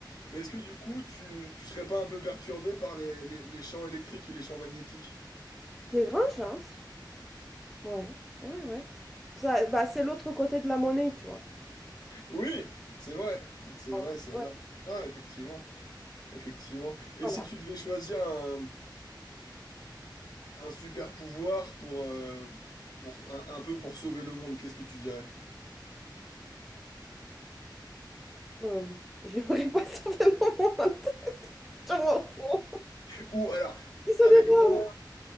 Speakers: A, on the left; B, in the centre.
A: Mais est-ce que du coup, tu, tu serais pas un peu perturbé par les, les- les champs électriques et les champs magnétiques?
B: Des grandes chances. Ouais, ouais, ouais. Ça, bah, c'est l'autre côté de la monnaie, tu vois.
A: Oui, c'est vrai. C'est
B: Ah
A: vrai,
B: Ouais,
A: c'est
B: ouais,
A: vrai. Ah, effectivement. Effectivement. Et
B: voilà.
A: si tu devais choisir un, un super pouvoir pour, euh, pour un, un peu pour sauver le monde, qu'est-ce que tu dirais?
B: Euh, j'aimerais pas <laughs> sauver le monde. <laughs> Je m'en fous.
A: Ou alors,
B: Ils se
A: avec
B: démerdent.
A: moins,